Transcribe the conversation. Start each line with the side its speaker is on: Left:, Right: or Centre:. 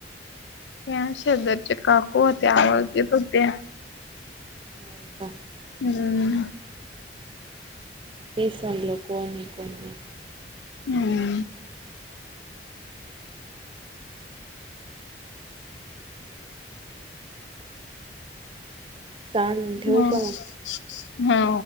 Left: त्या शेजारच्या काकू होत्या आवाज देत होत्या
Right: हो का?
Left: हम्म
Right: तेच म्हणलं कोण हे कोण नाही.
Left: हम्म
Right: चालेल ठेवू
Left: मग
Right: का
Left: हा?